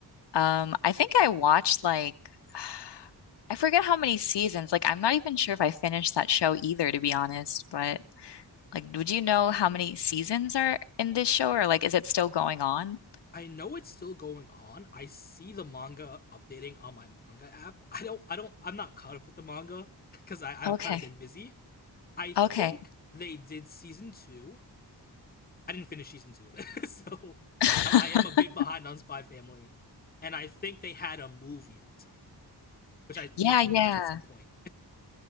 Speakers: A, on the left (about 75°); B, on the left (about 20°).
A: Um, I think I watched like <sighs> I forget how many seasons. Like I'm not even sure if I finished that show either, to be honest. But like, would you know how many seasons are in this show, or like, is it still going on?
B: I know it's still going on. I see the manga updating on my manga app. I don't I don't I'm not caught up with the manga because I
A: Okay.
B: I've kind of been busy. I think
A: Okay.
B: they did season two. I didn't finish season two, <laughs> so
A: <laughs>
B: I, I am a bit behind on Spy Family, and I think they had a movie recently, which I
A: Yeah,
B: need to
A: yeah.
B: watch at some point